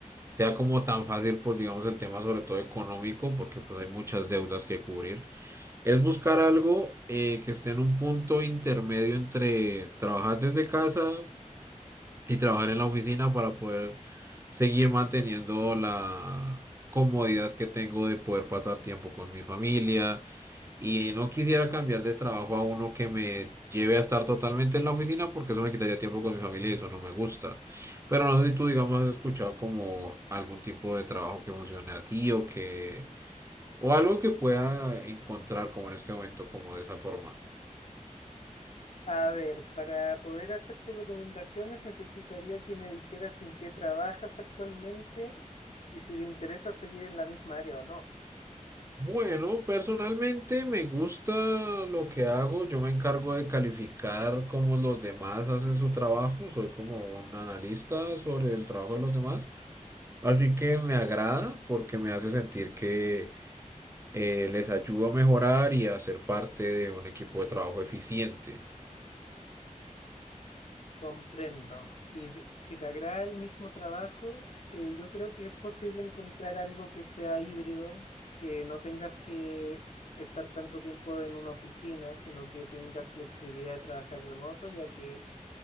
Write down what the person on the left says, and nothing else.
A ver, para poder hacerte recomendaciones necesitaría que me dijeras en qué trabajas actualmente y si te interesa seguir en la misma área o no.
Comprendo. Y de- si te agrada el mismo trabajo, eh, yo creo que es posible encontrar algo que sea híbrido, que no tengas que estar tanto tiempo en una oficina, sino que tengas flexibilidad de trabajar remoto, ya que